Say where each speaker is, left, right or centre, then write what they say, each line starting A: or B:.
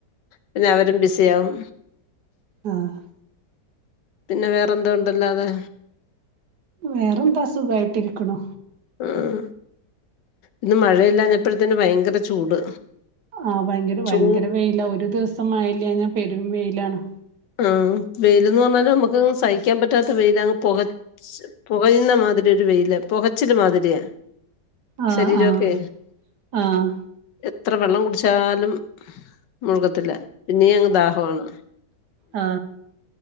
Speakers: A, on the left; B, on the right.
A: പിന്നെ അവരും ബിസിയാവും
B: ആഹ്
A: പിന്നെ വേറെന്തുണ്ട് അല്ലാതെ
B: വേറെന്താ സുഖയിട്ടിരിക്കണു
A: ഉം ഇന്ന് മഴയില്ലാഞ്ഞപ്പഴ് ത്ത്ന് ഭയങ്കര ചൂട്
B: ആ ഭയങ്കര ഭയങ്കര
A: ചൂ
B: വെയില ഒരു ദിവസം മഴയില്യാഞ്ഞാ പെരും വെയിലാണ്
A: ആ വെയിലന്ന് പറഞ്ഞാൽ നമുക്ക് സഹിക്കാൻ പറ്റാത്ത വെയിലാ അങ്ങ് പുക ച്ച് പുകയുന്ന മാതിരി ഒരു വെയിലാ പുകച്ചില് മാതിരിയാ
B: ആഹ്
A: ശരീരൊക്കെ
B: ആഹ് ആഹ്
A: എത്ര വെള്ളം കുട്ച്ചാലും മുഴ്കത്തില്ല പിന്നെ അങ്ങ് ദാഹമാണ്
B: ആ